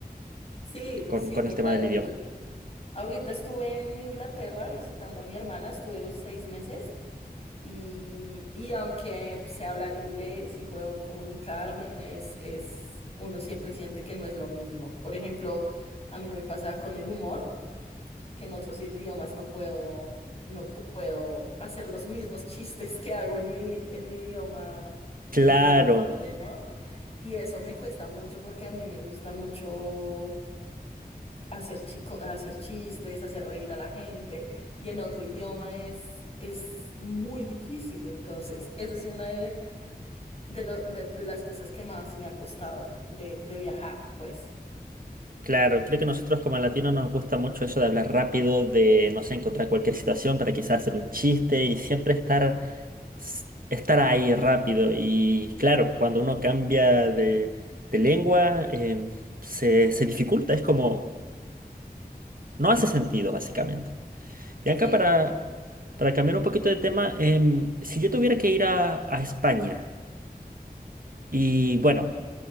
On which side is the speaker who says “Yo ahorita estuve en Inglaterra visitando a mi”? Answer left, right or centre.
Left